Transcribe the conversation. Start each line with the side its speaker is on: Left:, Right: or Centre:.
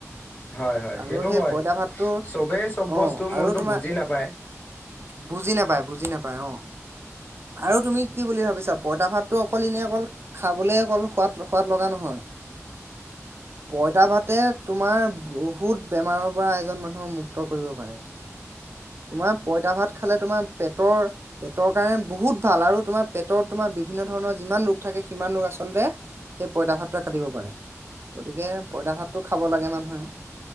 Left: হয় হয়
Right: আৰু
Left: সেইটো
Right: সেই
Left: হয়,
Right: পইতা ভাতটোৰ
Left: চবেই চব
Right: অ
Left: বস্তু
Right: আৰু
Left: মূলতো
Right: তোমাৰ
Left: বুজি নাপায়।
Right: বুজি নাপায় বুজি নাপায় অ আৰু তুমি কি বুলি ভাবিছা পইতা ভাতটো অকল এনে অকল খাবলে অকল সোৱাদ সোৱাদ লগা নহয়, পইতা ভাতে তোমাৰ বহুত বেমাৰৰ পৰা এজন মানুহৰ মুক্ত কৰিব পাৰে। তোমাৰ পইতা ভাত খালে তোমাৰ পেটৰ, পেটৰ কাৰণে বহুত ভাল আৰু তোমাৰ পেটত তোমাৰ বিভিন্ন ধৰণৰ যিমান ৰোগ থাকে সিমান ৰোগ আচলতে, সেই পইতা ভাতটোৱে কাটিব পাৰে, গতিকে পইতা ভাতটো খাব লাগে মানুহে।